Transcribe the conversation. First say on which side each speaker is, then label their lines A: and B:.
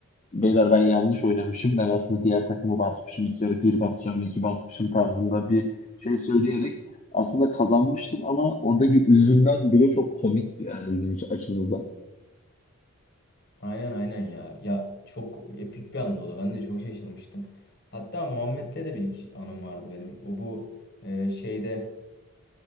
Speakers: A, on the left; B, on the left.
A: beyler ben yanlış oynamışım. Ben aslında diğer takımı basmışım. İlk yarı bir basacağım, iki basmışım tarzında bir şey söyleyerek aslında kazanmıştım ama oradaki üzülen bile çok komikti yani bizim için açımızdan.
B: Aynen aynen ya. Ya çok epik bir anda o da. Ben de çok şaşırmıştım. Hatta Muhammed'le de bir iki anım vardı benim. O bu e, şeyde